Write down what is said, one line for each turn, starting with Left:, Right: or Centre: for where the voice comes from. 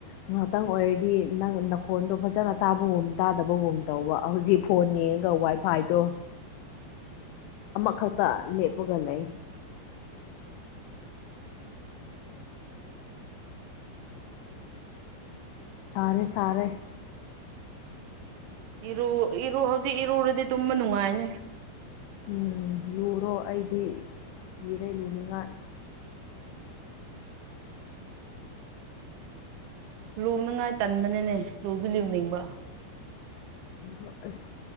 Left: ꯉꯥꯏꯍꯥꯛꯇꯪ ꯑꯣꯏꯔꯗꯤ ꯅꯪ ꯅꯈꯣꯟꯗꯣ ꯐꯖꯅ ꯇꯥꯕꯒꯨꯝ ꯇꯥꯗꯕꯒꯨꯝ ꯇꯧꯕ ꯍꯧꯖꯤꯛ ꯐꯣꯟ ꯌꯦꯡꯉꯒ ꯋꯥꯏꯐꯥꯏꯗꯣ ꯑꯃꯈꯛꯇ ꯂꯦꯞꯄꯒ ꯂꯩ ꯁꯔꯦ ꯁꯔꯦ
Right: ꯏꯔꯨ ꯏꯔꯨ ꯍꯧꯖꯤꯛ ꯏꯔꯨꯔꯗꯤ ꯇꯨꯝꯕ ꯅꯨꯡꯉꯥꯏꯅꯤ
Left: ꯎꯝ ꯂꯨꯔꯣ ꯑꯩꯗꯤ ꯀꯤꯔꯦ ꯂꯨꯅꯤꯡꯉꯥꯏ
Right: ꯔꯨꯅꯉꯥꯏ ꯇꯟꯕꯅꯤꯅꯦ ꯂꯨꯗꯤ ꯂꯨꯅꯤꯡꯕ
Left: ꯑꯁ